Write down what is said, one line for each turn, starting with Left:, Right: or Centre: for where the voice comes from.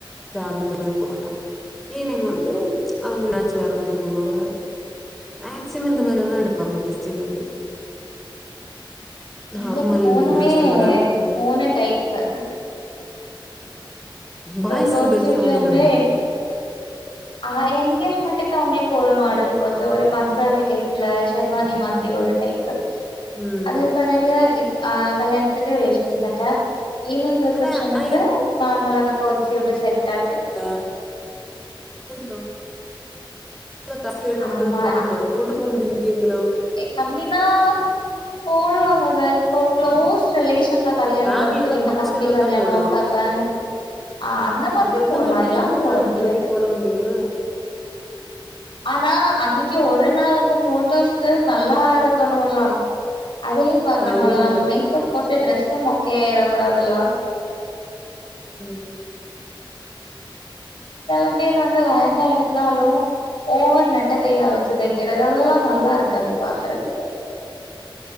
Centre: அந்த மாரிலா இவ போட மாட்டா ஈவினிங் வந்து அவுங்கள வேர மாரி போடுவாங்க மேக்ஸிமம் இந்த மாரிலாதா எடுப்பாங்க கிறிஸ்டின் வெட்டிங்
Left: எங்களுக்கு
Centre: நார்மல்
Left: மூணுமே
Centre: ட்ரெஸ்ஸ விட ஒன்னு
Left: மூணு டைப்பு
Centre: பாய்சுக்கு
Left: கோட்சூட்லயுமே
Centre: பெருசா ஒன்னுங் கெடையாது
Left: ஆ என்கேஜ்மெண்ட்டுக்கு அவுங்குளுக்கு ஒரு மாடல் கொஞ்சோ ஒரு பஞ்சாபி டைப்ல ஷெர்வானி மாரி ஒரு டைப்பு
Centre: ம்
Left: அது பாருங்க ஆ கல்யாணத்துக்கே வேஷ்டி சட்ட ஈவினிங் ரிசப்ஷனுக்கு
Centre: ஆனா ஆ
Left: நார்மலான கோட்சூட்டு செட் ஆட்ட
Centre: டா <inaudible> காசிலியா எள எடுத்தது
Left: ஆமா
Centre: போடவே மாடோ போட்டு போவ முடியும் இங்க எங்கல்லாம்
Left: ஏ அப்டின்னா போடுவாங்க கலேஸ் இப்போ க்ளோஸ் ரிலேஷன்ல கல்யாணோ
Centre: ஃபேமிலில
Left: வரு தெரிமா
Centre: தா ஃபங்க்ஷன்
Left: தம்பி
Centre: வந்தா
Left: கல்யாணோ
Centre: போட்லா
Left: ஒ அக்காக்கா ஆ அந்த மாதிரி
Centre: அந்த
Left: போல்லா
Centre: மாரி முக்கியமான
Left: இல்லாம
Centre: கல்யாணத்துக்கு
Left: போட முடியாது
Centre: தானே போட முடியு
Left: ஆனா அன்னைக்கு ஒரு நாள் அந்த போட்டோஸ்க்கு நல்லா இருக்கணோலா அதையு பாக்கணுல
Centre: அதுவு
Left: நம்ம
Centre: அப்டிதா
Left: மேக்கப் போட்டு டிரரெஸ்ஸு மோக்கையாயிட கூடாதுல்ல
Centre: ம்
Left: செல பேரு வந்து லேகேங்கா எடுத்தாலு ஓவர் நெட்ட கைய்யா வச்சி தக்கிறது அதெல்லா நல்லா இருக்காது பாக்குறதுக்கு